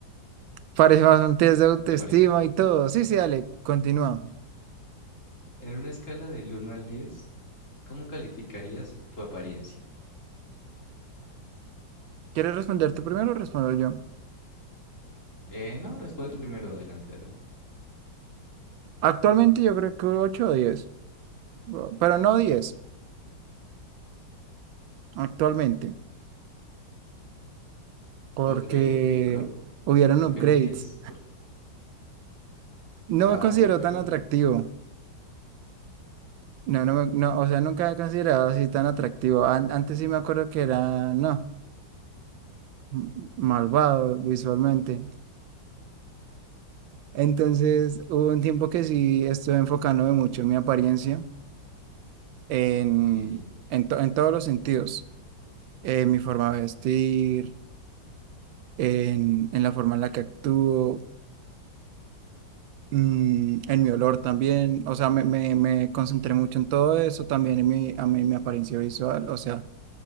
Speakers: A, on the right; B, on the left.
A: Parece más un test de autoestima
B: ¿Te parece?
A: y todo. Sí, sí, dale, continúa.
B: En una escala del uno al diez ¿cómo calificarías tu apariencia?
A: ¿Quieres responder tú primero o respondo yo?
B: Eh, no, responde tú primero, adelante, adelante.
A: Actualmente yo creo que 8 o 10, Pero no 10 Actualmente. porque
B: Ok, ok, pero
A: hubieron
B: ¿por
A: upgrades.
B: qué no un 10? Por- Claro,
A: No me considero
B: claro.
A: tan atractivo. No, no, me- no, o sea, nunca he considerado así tan atractivo. An- antes sí me acuerdo que era, no, m- malvado visualmente. Entonces, hubo un tiempo que sí estuve enfocándome mucho en mi apariencia, en,
B: Ok.
A: en, to- en todos los sentidos, en mi forma de vestir, en, en la forma en la que actúo. mm, en mi olor también, o sea, me, me, me concentré mucho en todo eso, también en mi, a mí, mi apariencia visual, o sea,